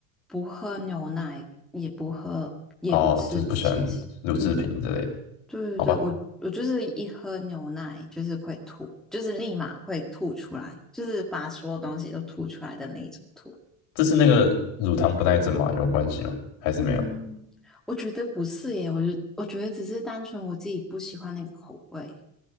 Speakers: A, in the centre; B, on the left.
A: 不喝牛奶，也不喝，也不吃起司。
B: 哦，就是不喜欢乳制品之类的？
A: 嗯，对对对，
B: 好吧，
A: 我我就是一喝牛奶就是会吐，就是立马会吐出来，就是把所有东西都吐出来的那一种吐。
B: 这是那个乳糖不耐症吗？有关系吗？还是没有？
A: 嗯，我觉得不是耶，我觉我觉得只是单纯我自己不喜欢那个口味。